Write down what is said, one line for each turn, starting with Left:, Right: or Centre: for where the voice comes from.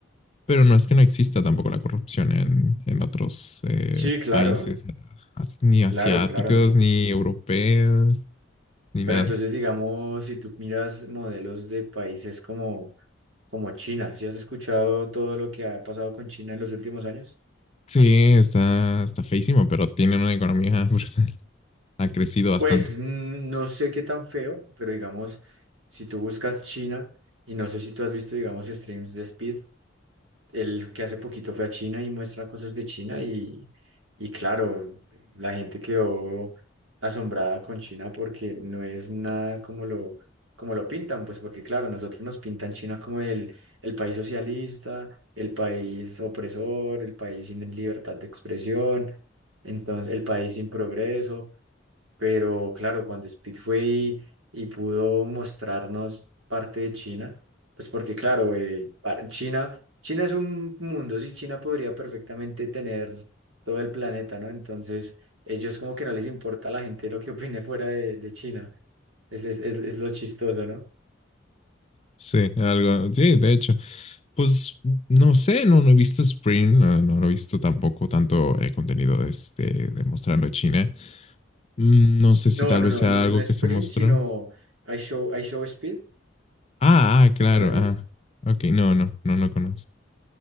Left: Pero no es que no exista tampoco la corrupción en, en otros eh,
Right: Sí, claro,
Left: países, as- ni asiáticos,
Right: claro, claro, no.
Left: ni europeos, ni
Right: Pero
Left: nada.
Right: entonces, digamos, si tú miras modelos de países como, como China, ¿sí has escuchado todo lo que ha pasado con China en los últimos años?
Left: Sí, está, está feísimo, pero tiene una economía <laughs> brutal. Ha crecido bastante.
Right: Pues mm, no sé qué tan feo, pero digamos, si tú buscas China, y no sé si tú has visto, digamos, streams de Speed, el que hace poquito fue a China y muestra cosas de China y, y claro, la gente quedó asombrada con China porque no es nada como lo, como lo pintan, pues porque claro, nosotros nos pintan China como el, el país socialista, el país opresor, el país sin libertad de expresión, entonces el país sin progreso. Pero claro, cuando Speed fue y, y pudo mostrarnos parte de China, pues porque claro, eh, para- China, China es un mundo, sí, China podría perfectamente tener todo el planeta, ¿no? Entonces, ellos como que no les importa a la gente lo que opine <laughs> fuera de, de China. Es, es, es, es lo chistoso, ¿no?
Left: Sí, algo, sí, de hecho. Pues no sé, no, no he visto Spring, no, no, no he visto tampoco tanto eh, contenido de, este, de mostrando China. Mm, No sé si
Right: No,
Left: tal
Right: no,
Left: vez
Right: no,
Left: sea
Right: no,
Left: algo
Right: no es
Left: que se
Right: Prince,
Left: mostró.
Right: sino I Show, I Show Speed,
Left: Ah, ah, claro,
Right: ¿lo conoces?
Left: ah, ok, no, no, no, no conozco.